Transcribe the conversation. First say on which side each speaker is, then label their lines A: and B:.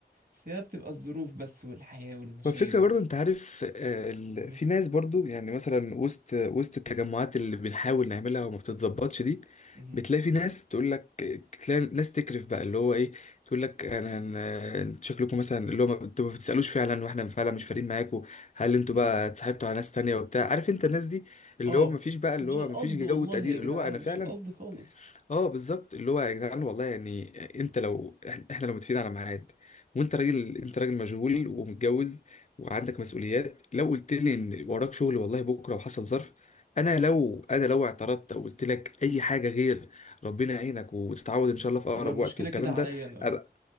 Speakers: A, on the right; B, on the left.
A: بس هي بتبقى الظروف بس والحياة والمشاغل
B: والفكرة برضو انت عارف آه، ال...
A: مهم.
B: في ناس برضو يعني مثلا وسط وسط التجمعات اللي بنحاول نعملها وما بتتظبطش دي
A: مهم.
B: بتلاقي في ناس تقول لك تلاقي ناس تكرف بقى اللي هو ايه تقول لك انا أنا- انتوا شكلكم مثلا اللي هو ما- انتوا ما بتسالوش فعلا واحنا فعلا مش فارقين معاكم هل انتوا
A: مم.
B: بقى اتصاحبتوا على ناس تانية وبتاع عارف انت الناس دي اللي
A: اه
B: هو ما فيش بقى
A: بس
B: اللي
A: مش
B: هو
A: القصد
B: ما فيش جو
A: والله
B: تقدير
A: يا جدعان
B: اللي هو انا فعلا
A: مش القصد خالص
B: اه بالظبط اللي هو يا جدعان والله يعني انت لو احنا إحنا لو متفقين على ميعاد وانت راجل انت راجل مشغول ومتجوز وعندك مسؤوليات لو قلت لي ان وراك شغل والله بكره وحصل ظرف انا لو انا لو اعترضت او قلت لك اي حاجه غير ربنا يعينك وتتعود ان شاء الله في اقرب
A: يبقى المشكلة
B: وقت والكلام
A: كده عليا
B: ده
A: انا اه
B: ابقى